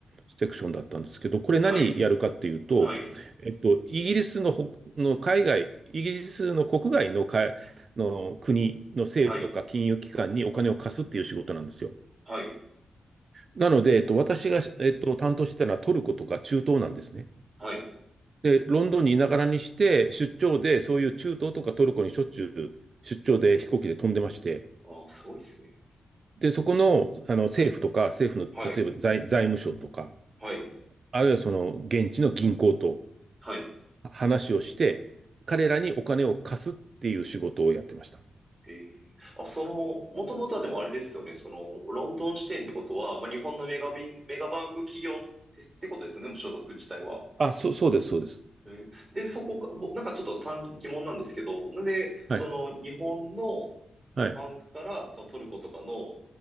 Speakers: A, on the right; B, on the right.
A: セクションだったんですけど、これ何やるかっていうと、
B: はい、はい、
A: えっと、イギリスのほ、の海外、イギリスの国外のか、の国の政府とか金融機関にお金を貸すっていう仕事なんですよ。
B: はい、はい、
A: なので、えっと、私が、えっと、担当してたのはトルコとか中東なんですね。
B: はい。
A: で、ロンドンにいながらにして、出張で、そういう中東とかトルコにしょっちゅう出張で飛行機で飛んでまして、
B: ああ、すごいですね。
A: で、そこの、あの政府とか、政府の例えば財、
B: はい、
A: 財務省とか、
B: はい。
A: あるいはその現地の銀行と
B: はい。
A: 話をして、彼らにお金を貸すっていう仕事をやってました。
B: ええあ、その、もともとはでもあれですよね。その、ロンドン支店ってことは、まあ、日本のメガビン、メガバンク企業って、ってことですよね。もう所属自体は。
A: あ、そ、そうです、そうです。
B: えーで、そこか、ぼなんかちょっと単、疑問なんですけど、なんで、
A: はい、
B: その、日本の
A: はい、
B: バンクから、そのトルコとかの、